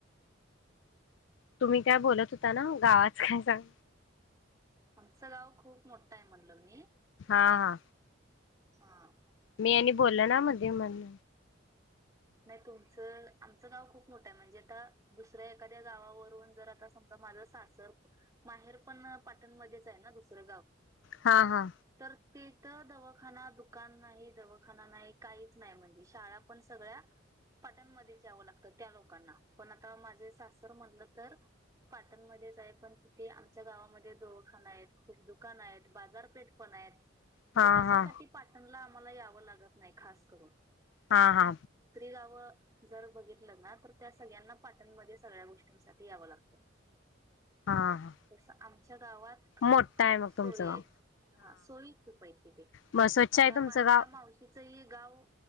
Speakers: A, on the left (about 70°); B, on the right (about 20°).
A: तुम्ही काय बोलत होता ना गावात काय सांग.
B: आमचं गाव खूप मोठं आहे म्हटलं मी
A: हा हा
B: हम
A: मी आणि बोलल ना मध्ये म्हण.
B: नाही तुमचं आमचं गाव खूप मोठं आहे म्हणजे आता दुसऱ्या एखाद्या गावावरून जर आता समजा माझं सासं माहेर पण पाटणमध्येच आहे ना दुसर
A: हा हा
B: तर तिथ दवाखाना दु दुकान नाही, दवाखाना नाही, काहीच नाही म्हणजे शाळा पण पाटणमध्ये यावं लागतं त्या लोकांना पण आता माझे सासर म्हटलं तर पाटणमध्येच आहे पण तिथे आमच्या गावामध्ये दवाखाना आहेत खूप दुकानं, आहेत बाजारपेठ पण आहेत. म्हणजे
A: हा
B: कशासाठी
A: हा
B: पाटीलला मला यावं लागत नाही खास करून
A: हा हा
B: गाव जर बघितलं ना त्या सर्वाना पाटणमध्ये सगळ्या गोष्टींसाठी ते यावं लागतं
A: हा हा
B: तस आमच्या गावात खूप
A: मोठा आहे मग
B: सोयी
A: तुमचं गाव.
B: आहेत, हा सोयी खूप आहेत तिथे
A: मग स्वच्छ
B: आता
A: आहे तुमचं
B: माझ्या
A: गाव
B: मावशी य गाव